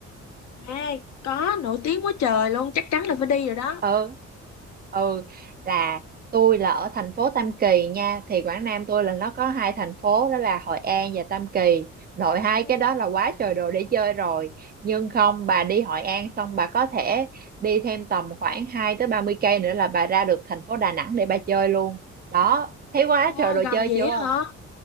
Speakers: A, on the left; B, on the right.
A: À, có, nổi tiếng quá trời luôn, chắc chắn là phải đi rồi đó.
B: ừ ừ là tôi là ở thành phố Tam Kỳ nha thì Quảng Nam tôi là nó có hai thành phố đó là Hội An và Tam Kỳ nội hai
A: Ừ.
B: cái đó là quá trời đồ để chơi rồi nhưng không bà đi Hội An xong bà có thể đi thêm tầm khoảng hai tới ba mươi cây nữa là bà ra được thành phố Đà Nẵng để bà chơi luôn đó thấy quá
A: Trời
B: trời
A: ơi,
B: đồ
A: gần
B: chơi
A: vậy
B: chưa
A: á hả?